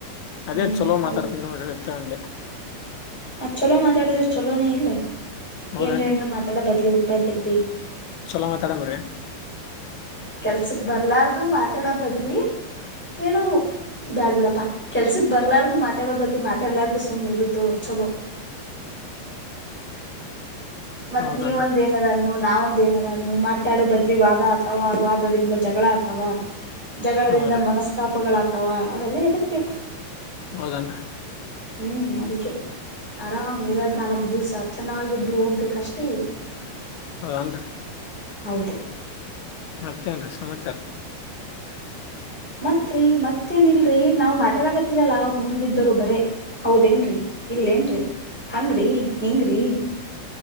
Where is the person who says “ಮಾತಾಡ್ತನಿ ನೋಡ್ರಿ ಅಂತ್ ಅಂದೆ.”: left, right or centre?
Left